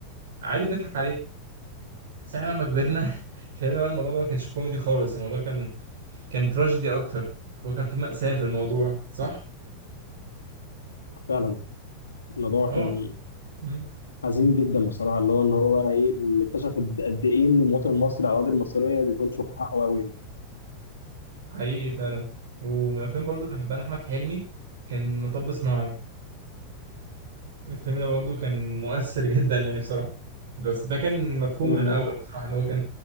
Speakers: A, on the right (about 55°); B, on the left (about 75°).
A: عادي بنضحك عليه ساعة لما كبرنا <laughs> فهمنا بقى الموضوع ده ما كانش كوميدي خالص الموضوع كان كان تراجيدي اكتر هو كان في مأساة في الموضوع صح؟
B: فعلا الموضوع
A: اه
B: كان
A: مم.
B: حزين جدا بصراحة اللي هو إن هو بقى إيه اللي اكتشف قد قد إيه إن المواطن المصري على الأراضي المصرية ما بيكونش واخد حقه أوي يعني
A: حقيقي فعلا ومن الافلام برضو اللي بحبها لاحمد حلمي كان مطب صناعي الفيلم ده برضو كان مؤثر <laughs> جدا يعني بصراحه بس ده كان مفهوم
B: أنا
A: من الاول بصراحه اللي هو كان